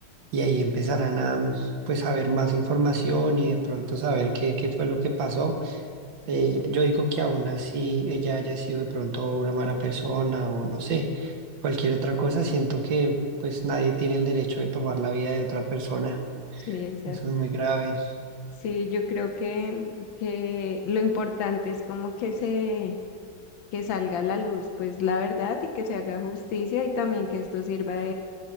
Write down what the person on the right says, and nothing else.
y ahí empezarán a mm, pues a ver más información y de pronto saber qué, qué fue lo que pasó. Eh, yo digo que aún así ella haya sido de pronto una mala persona o no sé, cualquier otra cosa, siento que pues nadie tiene el derecho de tomar la vida de otra persona.
Eso es muy grave.